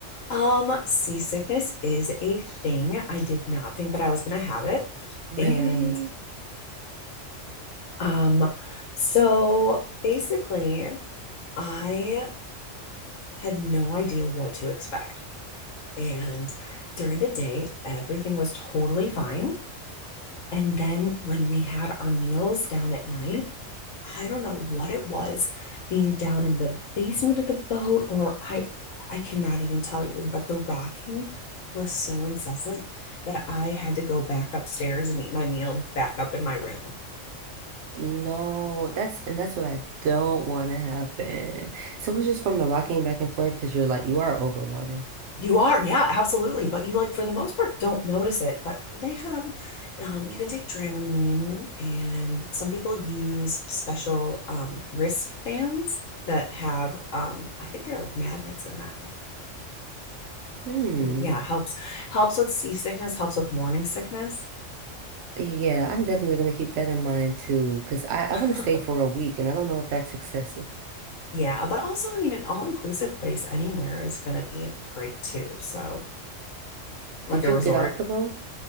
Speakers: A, on the left (about 75°); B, on the right (about 70°).
A: Um, seasickness is a thing. I did not think that I was gonna have it.
B: really?
A: And um, so basically I had no idea what to expect. And during the day, everything was totally fine. And then when we had our meals down at night, I don't know what it was being down in the basement of the boat or I I cannot even tell you, but the rocking was so incessant that I had to go back upstairs and eat my meal back up in my room.
B: No, that's and that's what I don't want to happen. So it's just from the rocking back and forth because you're like you are over water.
A: You are, yeah, absolutely. But you like for the most part don't notice it. But they have, um, you can take Dramamine, and some people use special um, wristbands that have, um, I think they're like magnets in them,
B: Hmm.
A: and yeah, helps helps with seasickness, helps with morning sickness.
B: Yeah, I'm definitely gonna keep that in mind too, because I, I
A: <laughs>
B: want to stay for a week and I don't know if that's excessive.
A: Yeah, but also, I mean, an all-inclusive place anywhere is going to be great too. So, like
B: Did
A: a
B: you
A: resort.
B: get off the boat?